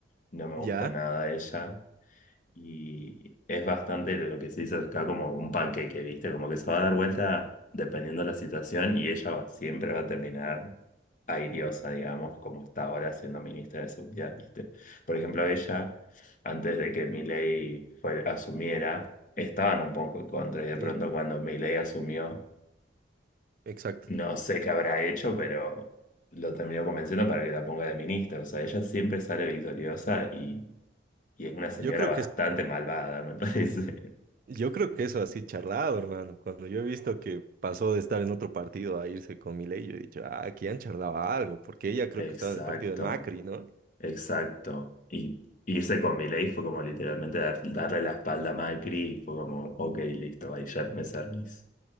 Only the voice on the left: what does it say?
no me gusta
nada ella, y es bastante lo que se dice acá como un panqueque, ¿viste? Como que se va a dar vuelta dependiendo de la situación y ella va- siempre va a terminar airiosa, digamos, como está ahora siendo ministra de Seguridad, ¿viste? Por ejemplo, ella, antes de que Milei fue- asumiera, estaban un poco en contra y de
pronto cuando Milei asumió,
no sé qué habrá hecho, pero lo terminó convenciendo para que la ponga de ministra. O sea, ella siempre sale victoriosa y, y es una señora
bastante
malvada, me <laughs> parece.
Exacto,
exacto. Y irse con Milei fue como literalmente dar- darle la espalda a Macri, y fue como, ok, listo, ahí ya me servís.